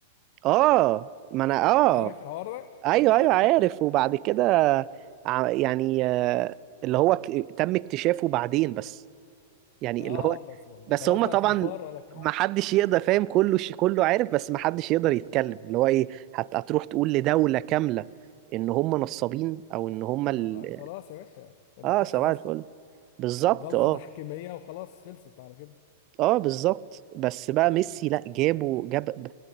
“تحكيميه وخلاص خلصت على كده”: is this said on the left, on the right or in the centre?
Left